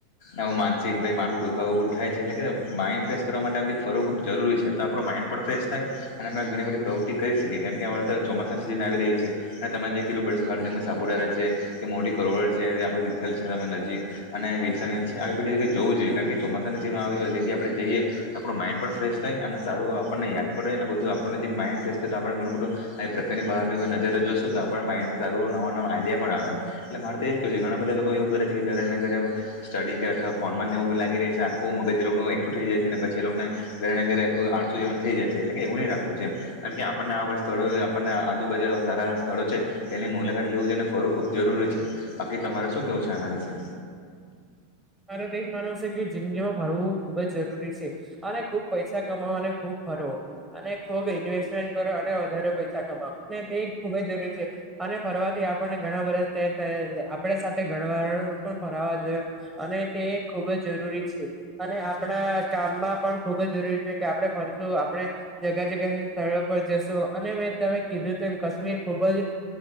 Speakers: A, on the left; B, in the centre.
A: એવું માનસિક ભાઈ માથું દુખાવું બધું થાય છે એટલે કે માઈ ફ્રેશ કરવા માટે ફરવું ખૂબ જરૂરી છે તો આપણું માઇન્ડ પણ ફ્રેશ થાય અને અમે ઘણી બધી પ્રવૃત્તિ કરી શકીએ કારણ હમણે તો ચોમાસાની સિઝન આવી રહી છે અને તમે જે કીધું બધા સ્થળ જેમ કે સાપુતારા છે કે મોડી કરવડ છે આપ તિથલ નજીક અને વિલસા આવી બધી જગ્યા જોવું જોઈએ કારણ કે ચોમાસાની આવી જગ્યા એ તો આપણું માઇન્ડ પણ ફ્રેશ થાય અને સારું આપણને યાદ રહે ને બધું આપણને માઇન્ડ ફેશ થાય તો આપણું બધું આ પ્રકારની બારની નજરે જોશું પણ માઇડમાં સારું નવા નવા આઈડિયા પણ આવેમ એટલે મારે તો એજ ક છે લોકો એવું કરે છે કે ઘરે ઘરે સ્ટડી ફર્ન માંવું બ લી રહ છે આખું મગજ એકઠું થઈ જાય. પછી લોકોને ઘરે ને ઘરે આરસું જેવન થઈ જાય છે એટલે કે એવું ન રાખવું છે કારણ કે આપણને આ વર્ષ સ્થળો આપણને આજુબાજુ સારા સ્થળો છે તેની મુલાકાત લેવું જોઈને ફરવું ખૂબ જરૂરી છે. બાકી તમારે શું કેવું છે આના વિશે
B: મારે તો એજ માનવ છે કે જિંદગીમાં ભરવું ખુબ જ જરૂરી છે અને ખુબ પૈસા કમાવ અને ખુબ ફરો અને ખૂબ ઇન્વેસ્ટમેન્ટ કરો અને વધારે પૈસા કમાવો અને તે ખુબ જ જરૂરી છે. અને ફરવાથી આપણને ઘણા બધસ આપણે સાથે ઘણવાર પણ ફરવા જોઈએ. અને તે ખુબ જ જરૂરી છે અને આપણા કામમાં પણ ખૂબ જ જરૂરી છે કે આપડણે ફર આપણે જગ્યા જગ્યા સ્થળો પર જશું અને મેં તમે કીધું ત એમ કાશ્મીર ખુબ જ